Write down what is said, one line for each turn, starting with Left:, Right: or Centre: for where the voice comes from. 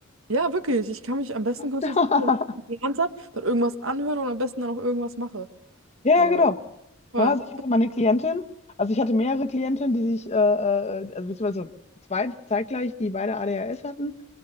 Right: ja, wirklich. Ich kann mich am besten konzentrieren,
Left: Ja,
Right: wenn
Left: <laughs>
Right: ich etwas in habe, dann irgendwas anhöre und am besten dann auch irgendwas mache.
Left: ja,
Right: So,
Left: ja, genau.
Right: toll.
Left: Ne, also ich hatte mal eine Klientin, also ich hatte mehrere Klientinnen, die sich, äh, äh, also beziehungsweise zwei zeitgleich, die beide ADHS hatten.